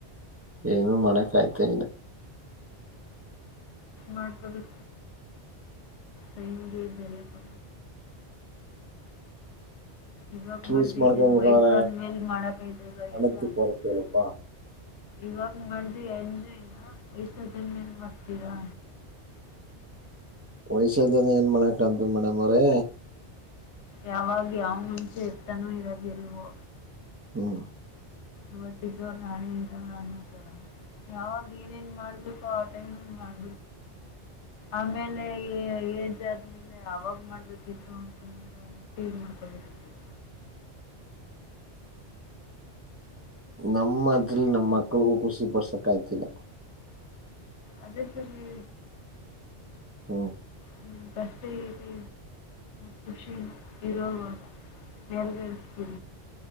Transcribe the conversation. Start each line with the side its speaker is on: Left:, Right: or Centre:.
Right: ಏನು ಮಣಕಯ್ತಾ ಇನ
Left: ಮಾಡ್ಕದೇಲೆ ಮ ಬೆಲೆ ಕೊ ಇವಾಗ
Right: ಚೂಸ್
Left: ಮಾಡ್ದ ಇನ್ನೇನ್
Right: ಮಾಡ್ಕೋಬೇಕಾರ
Left: ವಯಸ್ಸಾದ್ಮೇಲ್ ಮಾಡಕಲ್ಲ
Right: ಹಣದ್ದು
Left: ಎಲ್ಲ
Right: ಕೊರತೆ
Left: ಇನ್ಸ
Right: ಅಲ್ಲಪ್ಪಾ
Left: ಇವಾಗ ಮಾಡಡ್ದು ಎಂಜನ ವಯ್ಸ ಎಂಜನ್ ಮಾಡ್ತೀರಾ
Right: ವಯಸ್ಸ್ಯದನ ಏನ್ ಮಾಡಕಂತು ಮೇಡಮ್ ಅವ್ರೆ
Left: ಯಾವಾಗ ಯಾವ ಮುಂಚೆ ಎತ್ತನೂ ಇರೋದಿಲ್ವೋ
Right: ಹ್ಮ್
Left: ಇವತ್ತಿದ್ದವರು ನಾಣೆ ಇರ ಅನ್ನೋತರ ಯಾವಾಗ ಏನೇನ್ ಮಾಡ್ಬೇಕು ಅವ್ರ ಟೈಮ ಮಾಡ ಆಮೇಲೆ ಜರ್ನಿಲಿ ಯಾಗ್ ಮಾಡ್ಬೇಕಿತ್ತು ಅಂತಂದ ಹ ಸೇರ್ ಮಾಡ್ಕೋಬೇಕರಿ
Right: ನಮ್ಮ್ ಮಾತ್ರಲ್ಲಿ ನಮ ಮಕ್ಳಗೂ ಖುಷಿ ಪಡ್ಸಕ್ ಆಯ್ತಿಲ್ಲ
Left: ಅದೇ ಸರ್ ಇ
Right: ಹ್ಮ
Left: ಹ್ಮ್ ಕಷ್ಟದು ಖುಷ ಇರೋಗ ನೆರವೇರಿಸತಿ